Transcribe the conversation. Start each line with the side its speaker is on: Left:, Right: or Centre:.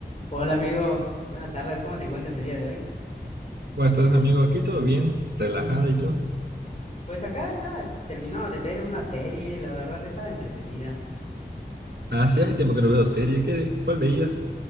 Left: Hola amigo, buenas tardes, ¿cómo te encuentras el día de hoy?
Right: ¿Cómo estás, amigo? Aquí todo bien, relajado y todo.
Left: Pues acá está terminado de ver una serie, la verdad estaba entretenida.
Right: Ah, sí, hace tiempo que no veo serie. ¿Qué, cuál veías?